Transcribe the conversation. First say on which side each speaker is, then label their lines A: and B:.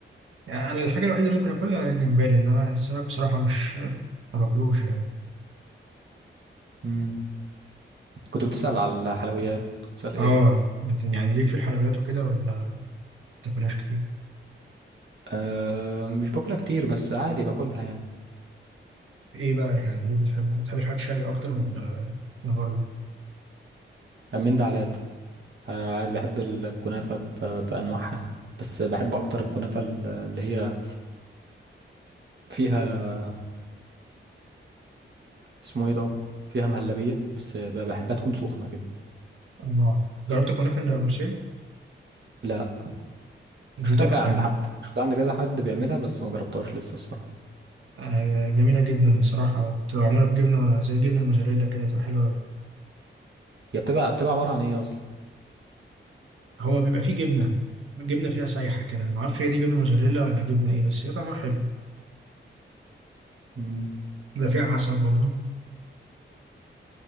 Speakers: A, on the right; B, on the right.
A: يعني انا الحاجه الوحيده اللي ممكن اكلها الجمبري انما السمك بصراحه مش ما باكلوش يعني
B: مم. كنت بتسأل على الحلويات بتسأل ايه
A: اه بت- يعني ليك في الحلويات وكده ولا ما بتاكلهاش كتير
B: أه مش باكلها كتير بس عادي باكلها يعني
A: ايه بقى يعني ايه بتحب بتحب الحاجات الشرقي اكتر ولا الغربي
B: من ده على ده آه، عادي بحب الكنافة ب- بأنواعها بس بحب أكتر الكنافة ال- اللي هي فيها اسمه ايه ده فيها مهلبية بس ب- بحبها تكون سخنة كده
A: الله جربت الكنافه
B: تبقى
A: النابلسية
B: لا
A: دي
B: شفتها
A: تحفه
B: ك- عند
A: دي
B: حد شفتها عند كذا حد بيعملها بس ما جربتهاش لسه الصراحة
A: آه جميله جدا بصراحه وبتبقى معموله بجبنه زي الجبنه الموزاريلا كده بتبقى حلوه أوي.
B: هي بتبقى بتبقى عبارة عن ايه أصلا
A: هو بيبقى فيه جبنه جبنه فيها سايحه كده ما اعرفش هي دي جبنه موزاريلا ولا جبنه ايه بس هي طعمها حلو
B: مم.
A: بيبقى فيها عسل برضه